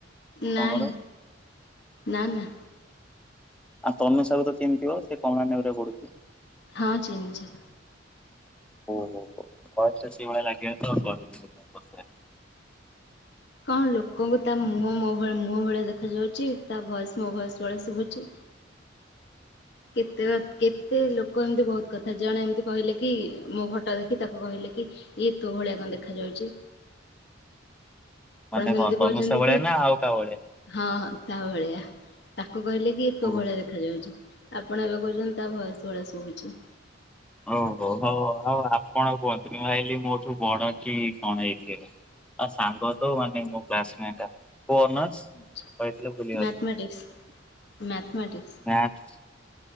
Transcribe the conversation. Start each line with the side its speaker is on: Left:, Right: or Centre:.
Left: ନାଇଁ
Centre: ତମର?
Left: ନା ନା।
Centre: ଆଉ ତନୁଷା ‌କୁ ତ ଚିହ୍ନିଥିବ ସେ କମଳା ନେହେରୁ ରେ ପଢୁଚି।
Left: ହଁ ଚିହ୍ନିଚି।
Centre: ଓ ହୋ ହୋ ଭଏସ୍ ଟା ସେଇ ଭଳିଆ ଲାଗିଲା ତ କହିଲି ସେଥିପାଇଁ। ପଚାରିଲି।
Left: କଁ ଲୋକଙ୍କୁ ତା ମୁହଁ ମୋ ଭଳି ମୁହଁ ଭଳିଆ ଦେଖାଯ ଯାଉଛି ତା ଭୟସ ମୋ ଭୟସ ଭଳିଆ ଶୁଭୁଛି। କେତେ କଥ୍ କେତେ ଲୋକ ଏମତି ବହୁତ କଥା ଜଣେ ଏମତି କହିଲେ କି ମୋ ଫଟୋ ଦେଖି ତାକୁ କହିଲେ କି। ଇଏ ତୋ ଭଳିଆ କଁ ଦେଖା ଯାଉଛି।
Centre: ମାନେ
Left: ସେମିତି
Centre: କଁ
Left: କହୁଛନ୍ତି
Centre: ତନୁଷା ଭଳିଆ
Left: କି
Centre: ନା ଆଉ କା ଭଳିଆ।
Left: ହଁ ହଁ ତା ଭଳିଆ ତାକୁ କହିଲେ କି ଇଏ
Centre: ଓହୋ
Left: ତୋ ଭଳିଆ ଦେଖା ଯାଉଛି। ଆପଣ ଏବେ କହୁଛନ୍ତି ତା ଭଏସ୍ ଭଳିଆ ଶୁଭୁଛି।
Centre: ଓହୋ ହଉ ଆଉ ଆପଣ କୁହନ୍ତୁନି ମୁଁ ଭାବିଲି ମୋଠୁ ବଡ କି କଣ ହେଇଥିବେ। ଆଉ ସଙ୍ଗ ତ ମାନେ ମୋ କ୍ଲାସମେଟେ କୋଉ ଅନର୍ସ।
Left: ଆଛା
Centre: କହିଥିଲେ ଭୁଲିଗଲି
Left: mathematics mathematics.
Centre: Math.